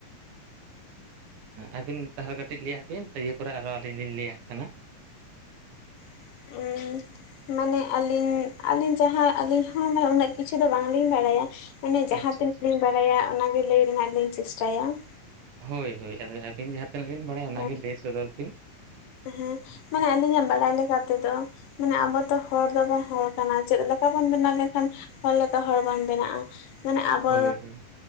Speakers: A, on the right; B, on the left.
A: ᱟᱹᱵᱤᱱ ᱛᱟᱦᱚᱞᱮ ᱠᱟᱹᱴᱤᱡ ᱞᱟᱹᱭ-ᱟ ᱵᱤᱱ ᱫᱤᱭᱮ ᱯᱚᱨᱮ ᱟᱨᱦᱚᱸ ᱟᱹᱞᱤᱧ ᱞᱤᱧ ᱞᱟᱹᱭᱟᱜ ᱠᱟᱱᱟ᱾
B: <unintelligible> ᱢᱟᱱᱮ ᱟᱹᱞᱤᱧ ᱟᱹᱞᱤᱧ ᱡᱟᱦᱟᱸ ᱟᱹᱞᱤᱧ ᱦᱚᱸ ᱩᱱᱟᱹᱜ ᱠᱤᱪᱷᱩ ᱫᱚ ᱵᱟᱝᱞᱤᱧ ᱵᱟᱲᱟᱭᱟ ᱾ ᱢᱟᱱᱮ ᱡᱟᱦᱟᱸ
A: ᱟᱪᱪᱷᱟ
B: ᱛᱤᱱᱟᱹᱜ
A: ᱟᱪᱪᱷᱟ
B: ᱞᱤᱧ ᱵᱟᱲᱟᱭᱟ ᱚᱱᱟᱜᱮ ᱞᱟᱹᱭ ᱨᱮᱱᱟᱜ ᱞᱤᱧ ᱪᱮᱥᱴᱟᱭᱟ ᱾
A: ᱦᱳᱭ ᱦᱳᱭ ᱟᱫᱚ ᱟᱹᱵᱤᱱ ᱡᱟᱦᱟᱸ ᱛᱤᱱᱟᱹᱜ ᱵᱤᱱ ᱵᱟᱲᱟᱭᱟ ᱚᱱᱟᱜᱮ
B: ᱦᱮᱸ
A: ᱞᱟᱹᱭ ᱥᱚᱫᱚᱨ ᱵᱤᱱ ᱾
B: ᱦᱮᱸ ᱢᱟᱱᱮ ᱟᱹᱞᱤᱧᱟᱜ ᱵᱟᱲᱟᱭ ᱞᱮᱠᱟ ᱛᱮᱫᱚ ᱢᱟᱱᱮ ᱟᱵᱚ ᱛᱚ ᱦᱚᱲ ᱫᱚᱵᱚᱱ ᱦᱚᱲ ᱠᱟᱱᱟ ᱪᱮᱫ ᱞᱮᱠᱟ ᱵᱚᱱ ᱵᱮᱱᱟᱣ ᱞᱮᱠᱷᱟᱱ ᱦᱚᱲ ᱞᱮᱠᱟ ᱦᱚᱲ ᱵᱚᱱ ᱵᱮᱱᱟᱜ-ᱟ᱾ ᱢᱟᱱᱮ ᱟᱵᱚ
A: ᱦᱳᱭ ᱦᱳᱭ